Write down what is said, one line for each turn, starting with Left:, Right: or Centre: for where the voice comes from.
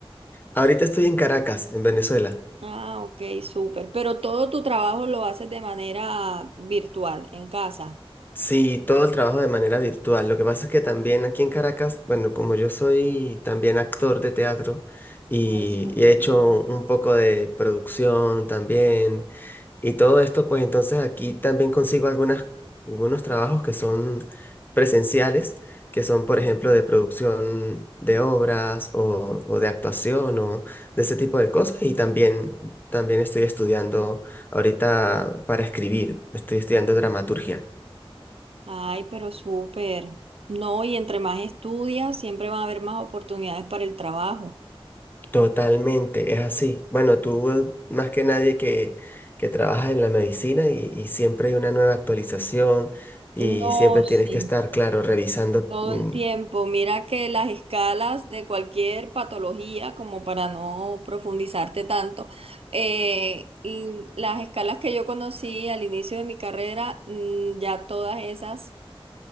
Left: Ahorita estoy en Caracas, en Venezuela.
Right: Ah, ok, súper. Pero todo tu trabajo lo haces de manera virtual, en casa.
Left: Sí, todo el trabajo de manera virtual. Lo que pasa es que también aquí en Caracas, bueno, como yo soy también actor de teatro y,
Right: Ay, súper,
Left: y he hecho
Right: ¿verdad?
Left: un poco de producción también y todo esto, pues entonces aquí también consigo algunas, algunos trabajos que son presenciales, que son, por ejemplo, de producción de obras o, o de actuación o de ese tipo de cosas. Y también, también estoy estudiando ahorita para escribir, estoy estudiando dramaturgia.
Right: Ay, pero súper. No, y entre más estudias, siempre van a haber más oportunidades para el trabajo.
Left: Totalmente, es así. Bueno, tú más que nadie que, que trabajas en la medicina y, y siempre hay una nueva actualización y
Right: No,
Left: siempre tienes
Right: sí,
Left: que estar, claro, revisando.
Right: todo
Left: mm,
Right: el tiempo. Mira que las escalas de cualquier patología, como para no profundizarte tanto, eh, l- las escalas que yo conocí al inicio de mi carrera, mm, ya todas esas